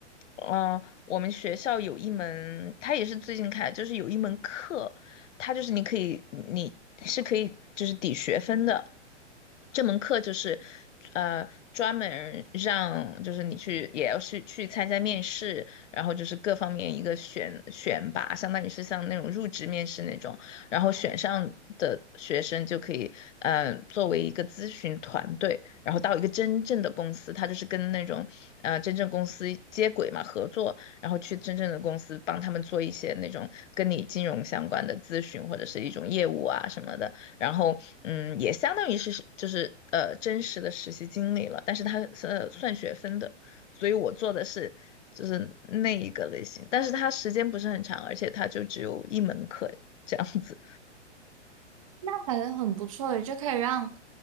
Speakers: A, on the left; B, on the right.
A: 嗯，我们学校有一门，他也是最近开，就是有一门课。它就是你可以，你是可以就是抵学分的。这门课就是，呃，专门让就是你去也要去去参加面试，然后就是各方面一个选选拔，相当于是像那种入职面试那种，然后选上的学生就可以，嗯、呃，作为一个咨询团队，然后到一个真正的公司，它就是跟那种呃真正公司接轨嘛，合作，然后去真正的公司帮他们做一些那种跟你金融相关的咨询或者是一种业务啊什么的，然后嗯，也相当于是就是呃真实的实习经历了，但是它是呃算学分的，所以我做的是就是那一个类型，但是它时间不是很长，而且它就只有一门课这样子。
B: 那感觉很不错的，就可以让